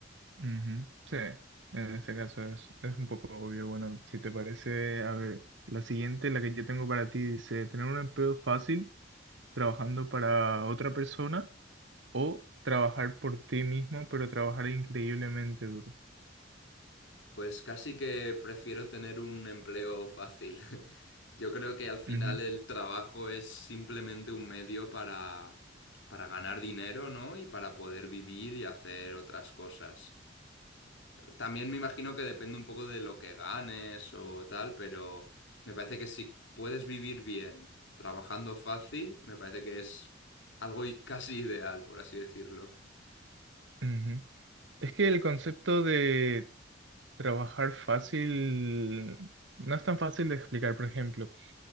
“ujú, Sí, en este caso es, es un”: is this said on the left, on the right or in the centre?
Right